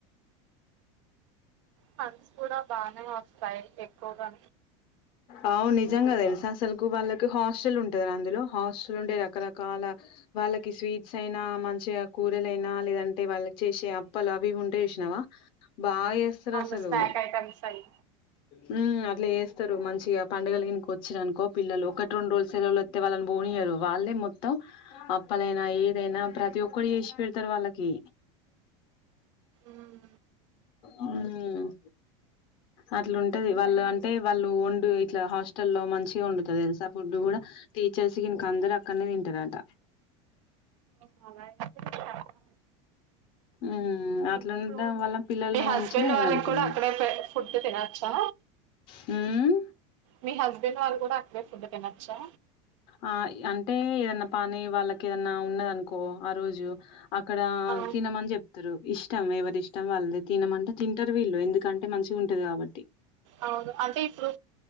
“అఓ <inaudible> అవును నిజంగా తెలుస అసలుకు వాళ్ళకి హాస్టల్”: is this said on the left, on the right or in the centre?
Left